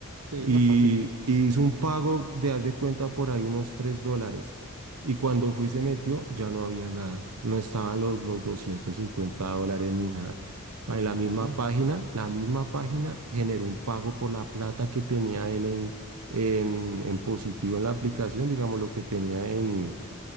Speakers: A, on the right; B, on the right.
A: Sí,
B: y,
A: más fácil.
B: y hizo un pago de, haz de cuenta, por ahí unos 3 dólares. Y cuando fui y se metió, ya no había nada. No estaban los, los 250 dólares ni nada.
A: Pero
B: En la
A: ¿y cómo?
B: misma página, la misma página generó un pago por la plata que tenía él en, en, en positivo en la aplicación, digamos lo que tenía en,